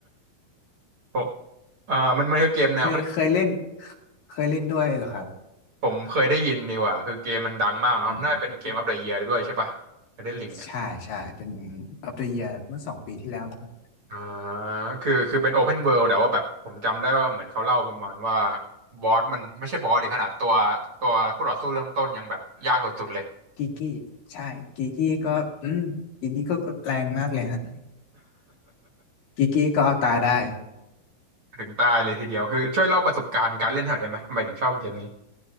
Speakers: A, on the right (about 45°); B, on the left (about 70°).
A: <laughs> ผมเอ่อมันมันคือเกมแนวเขาเรียก
B: เคยเคยเล่นเคยเล่นด้วยเหรอครับ
A: ผมเคยได้ยินดีกว่าคือเกมมันดังมากเนาะน่าเป็นเกมออฟเดอะเยียร์ด้วยใช่ปะไอเดนลิงเนี่ย
B: อืมใช่ใช่เป็น u ล the Year เมื่อสองปีที่แล้วมั้ง
A: อ่าคือคือเป็นโอเพนเวิลด์แต่ว่าแบบผมจำได้ว่าเหมือนเขาเล่าประมาณว่าบอสมันไม่ใช่บอสดิขนาดตัวตัวผู้ต่อสู้เริ่มต้นยังแบบยากสุดๆเลย
B: กีกี้ใช่กีกี้ก็อืมกีกี้ก็แรงมากเลยฮะกีกี้ก็เอาตายได้
A: <laughs> ถึงตายเลยทีเดียว คือช่วยเล่าประสบการณ์การเล่นหน่อยได้ไหมทำไมถึงชอบเกมนี้